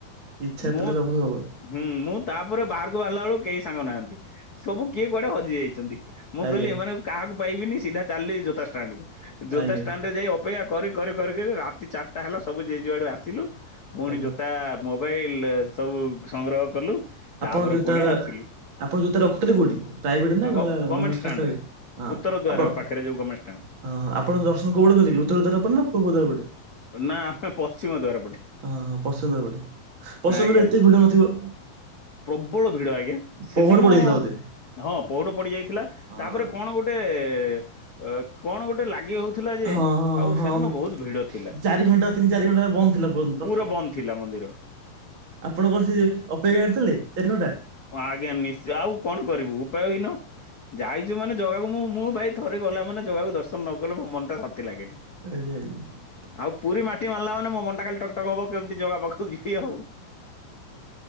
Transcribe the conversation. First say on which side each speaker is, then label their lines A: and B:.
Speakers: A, on the right; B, on the left.
A: ଇଚ୍ଛା
B: ମୁଁ
A: ଥିଲେ ସବୁ ହବ
B: ହୁଁ ମୁଁ ତାପରେ ବାହାରକୁ ବାହାରିଲା ବେଳକୁ କେହି ସାଙ୍ଗ ନାହାନ୍ତି। ସବୁ କିଏ କୁଆଡ଼େ ହଜି ଯାଇଛନ୍ତି ମୁଁ
A: ଆଜ୍ଞା
B: କହିଲି ଏମାନଙ୍କୁ କାହାକୁ ପାଇବିନି ସିଧା ଚାଲିଲି ଜୋତା ଷ୍ଟାଣ୍ଡ କୁ। ଜୋତା
A: ଆଜ୍ଞା
B: ଷ୍ଟାଣ୍ଡ ରେ ଯାଇ ଅପେକ୍ଷା କରି କରି କରି କରି ରାତି ଚାରିଟା ହେଲା ସବୁ ଯିଏ ଯଆଡ଼ୁ ଆସିଲୁ। ପୁଣି
A: ଆଜ୍ଞା।
B: ଜୋତା ମୋବାଇଲ ସବୁ ସଂଗ୍ରହ କଲୁ। ତାପରେ
A: ଆପଣ ଯୋଉ
B: ପୁଣି
A: ତାର
B: ଆସିଲୁ
A: ଆପଣ ଯୋତା ରଖୁଥିଲେ କୋଉଠି ପ୍ରାଇଭେଟ ନା ଗର୍ମେଣ୍ଟ
B: ଗଭର୍ଣ୍ଣମେଣ୍ଟ ଷ୍ଟାଣ୍ଡରେ
A: ସରକାରୀ ଇଏ ହଁ
B: ଉତ୍ତର ଦ୍ୱାର
A: ଆପଣ
B: ପାଖରେ ଯୋଉ ଗଭର୍ଣ୍ଣମେଣ୍ଟ ଷ୍ଟାଣ୍ଡ।
A: ହଁ ଆପଣ ଦର୍ଶନ କୋଉ ପଟେ କଲେ ଉତ୍ତର ଦ୍ୱାର ପଟେ ନା ପୂର୍ବ ଦ୍ୱାର ପଟେ?
B: ନା ଆମେ ପଶ୍ଚିମ ଦ୍ୱାର ପଟେ।
A: ଅଁ ହଁ ହଁ ପଶ୍ଚିମ ଦ୍ଵାର ପଟେ ପଶ୍ଚିମ
B: ଆଜ୍ଞା
A: ଦ୍ଵାର ଏତେ ବି ଭିଡ଼ ନ ଥିବା।
B: ପ୍ରବଳ ଭିଡ଼ ଆଜ୍ଞା ସେଦିନ
A: ପହଡ ପଡିଯାଇଥିଲା ବୋଧେ
B: ହଁ ପହଡ଼ ପଡ଼ିଯାଇଥିଲା
A: ହଁ
B: ତାପରେ କଣ ଗୋ ବେ ଅ କଣ ଗୋଟେ ଲାଗି ହୋଉଥ ଥିଲା ଯେ
A: ହଁ
B: ଆଉ
A: ହଁ
B: ସେଦିନ
A: ମୁଁ
B: ବହୁତ ଭିଡ଼ ଥିଲା
A: ଚାରି ଘଣ୍ଟା ତିନି ଚାରି ଘଣ୍ଟା ବନ୍ଦ ଥିଲା ଦର୍ଶନ
B: ପୁରା ବନ୍ଦ ଥିଲା ମନ୍ଦିର। ହଁ <unintelligible>
A: ଆପଣ କଣ ସେ <unintelligible> ଅପେକ୍ଷାରେ ଥିଲେ ଚାରି ଘଣ୍ଟା?
B: ହଁ ଆଜ୍ଞା ନିଶ୍ଚୟ ଆଉ କଣ କରିବୁ ଉପାୟ ହିନ। ଯାଇଛୁ ମାନେ ଜଗାକୁ ମୁଁ ମୁଁ ଭାଇ ଥରେ ଗଲା ମାନେ ଜଗାକୁ ଦର୍ଶନ ନ କଲେ ମୋ ମନ ଟା ଶାନ୍ତି ଲାଗେନି।
A: ଆଜ୍ଞା ଆଜ୍ଞା।
B: ଆଉ ପୁରୀ ମାଟି ମାରିଲା ମାନେ ମୋ ମନଟା ଖାଲି ଟକଟକ ହବ କେମିତି ଜଗା ପାଖକୁ ଯିବି। ଇଏ ହଉ।